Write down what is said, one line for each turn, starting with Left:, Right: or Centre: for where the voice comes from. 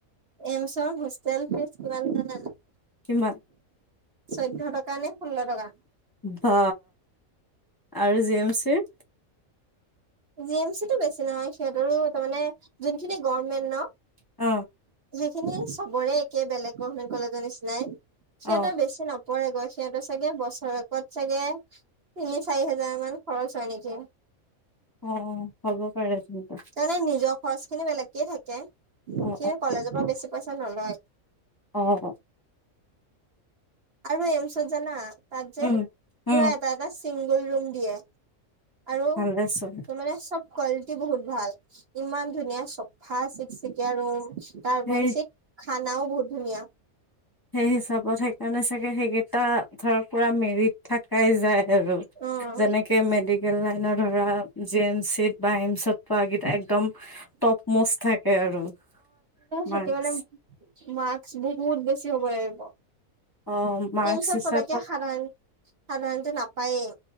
Right: এমইচৰ হষ্টেল ফিজ কিমান জানা?
Left: কিমান?
Right: চৈধ্য টকা নে ষোল্ল টকা
Left: বা আৰু জি এম চিৰ
Right: জি এম চি টো বেছি নহয় সিহঁতৰো তাৰমানে যোনখিনি গমেন্ট ন।
Left: অ
Right: সেইখিনি চবৰে একে বেলেগ গভমেন্ট কলেজৰ নিচিনাই। সিহতৰ
Left: অ
Right: বেছি নপৰে গৈ। এয়াতো চাগে বছৰেকত চাগে তিনি চাৰি হাজাৰ মান খৰচ হয় নেকি।
Left: অ' হ'ব পাৰে। তেন্তে
Right: তাৰমানে নিজৰ খৰচ খিনি বেলেগকে থাকে কিন্তু
Left: অ
Right: কলেজৰ পৰা বেছি পইচা নলয়।
Left: অহ।
Right: আৰু এইমছত জানা তাত যে
Left: উম উম
Right: পুৰা এটা এটা চিংগল ৰুম দিয়ে। আৰু
Left: ভালেচোন
Right: তোমানে চব কোৱালিটি বহুত ভাল ইমান ধুনীয়া চফা চিকচিকীয়া ৰুম। তাৰপ
Left: সেই
Right: স খানাও বহুত ধুনীয়া।
Left: সেই হিচাপত সেইকাৰণে চাগে সেইকেইটা ধৰ পুৰা মেৰিত থাকাই যায় আৰু
Right: অ',
Left: যেনেকে মেডিকেল লাইন ধৰা জি এম চিিত বা এমছত পোৱা গীত একদম টপ মষ্ট থাকে আৰু মাৰ্কচ
Right: সতিয়লে ম বহুত বেছি হ'ব লাগিব।
Left: অ মাৰ্কচ
Right: এইমছৰ
Left: হিচাপত
Right: পকে সাধণ সাধাৰণতে নাপায়েই।